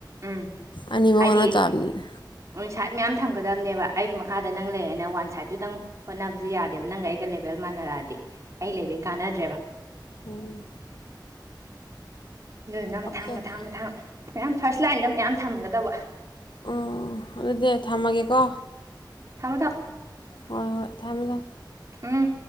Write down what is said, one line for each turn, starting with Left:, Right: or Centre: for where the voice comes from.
Right: ꯎꯝ
Left: ꯑꯅꯤꯃꯛ
Right: ꯍꯥꯏꯗꯤ
Left: ꯍꯣꯟꯅ ꯇꯥꯕꯅꯤꯅꯦ
Right: ꯁꯥꯏꯠ ꯃꯌꯥꯝ ꯊꯝꯒꯗꯕꯅꯦꯕ ꯑꯩꯒꯤ ꯃꯈꯥꯗ ꯅꯪ ꯂꯩꯔꯦꯅ ꯋꯥꯟ ꯁꯥꯏꯗꯠꯇꯨꯇꯪ ꯍꯣꯠꯅꯕꯁꯨ ꯌꯥꯗꯦꯕ ꯅꯪꯒ ꯑꯩꯒ ꯂꯦꯕꯦꯜ ꯃꯥꯟꯅꯔꯛꯑꯗꯤ ꯑꯩ ꯂꯩꯕꯩ ꯀꯥꯟꯅꯗ꯭ꯔꯦꯕ
Left: ꯎꯝ
Right: ꯑꯗꯨꯅ ꯃꯊꯥꯡ
Left: ꯑꯣꯀꯦ ꯑꯣꯀꯦ
Right: ꯃꯊꯥꯡ ꯃꯊꯥꯡ ꯃꯌꯥꯝ ꯐꯥꯔꯁ ꯂꯥꯏꯟꯗ ꯃꯌꯥꯝ ꯊꯝꯒꯗꯕ
Left: ꯑꯣ ꯑꯗꯨꯗꯤ ꯊꯝꯃꯒꯦꯀꯣ
Right: ꯊꯃ ꯊ
Left: ꯍꯣꯏ ꯍꯣꯏ ꯊꯥꯃꯦꯂ
Right: ꯎꯝ